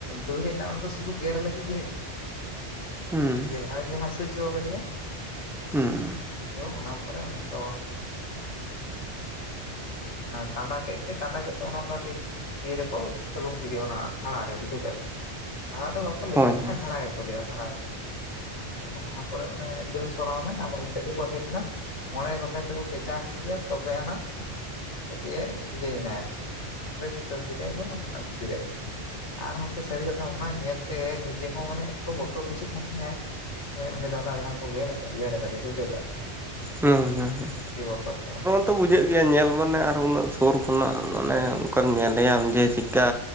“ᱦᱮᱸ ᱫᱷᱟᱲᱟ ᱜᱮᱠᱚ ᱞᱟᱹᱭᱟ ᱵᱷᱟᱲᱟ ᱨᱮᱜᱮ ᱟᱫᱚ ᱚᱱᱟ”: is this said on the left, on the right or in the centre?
Left